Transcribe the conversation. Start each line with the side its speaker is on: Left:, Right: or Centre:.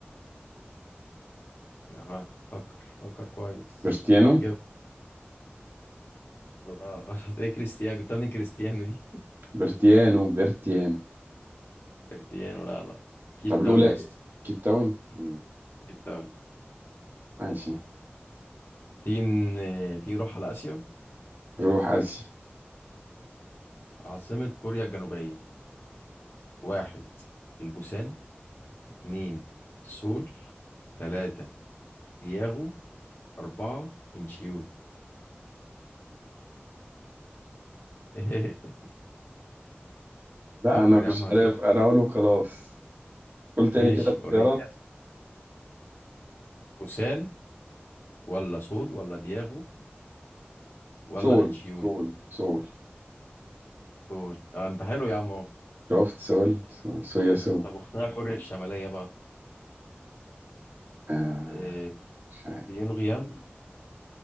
Left: اه فكر فكر كويس
Right: برتيانو
Left: هتجيب لا غلط ايه كريستيانو جبتها من كريستيانو دي
Right: برتيانو برتيانو
Left: <laughs> كريستيانو لا لا كيب
Right: طب الاولى
Left: تاون يا اسطى
Right: كيب تاون مم.
Left: كيب تاون
Right: ماشي
Left: تيجي ن- تيجي نروح على آسيا
Right: روح اسيا
Left: عاصمة كوريا الجنوبية واحد البوسان اتنين سول تلاتة دياغو أربعة انشيون <laughs>
Right: لا
Left: فكر
Right: انا
Left: يا
Right: مش
Left: عم هتجيبها
Right: عارف انا اقول وخلاص قول تاني
Left: ماشي
Right: كده الاختيارات
Left: وريني بوسان ولا سول ولا دياغو ولا
Right: سول
Left: انشيون
Right: سول سول
Left: سول ده انت حلو يا عم
Right: شفت سول سول صويا
Left: طب
Right: سو
Left: طب اختها كوريا الشمالية بقى
Right: آه
Left: إيه
Right: مش عارف
Left: بيونغيام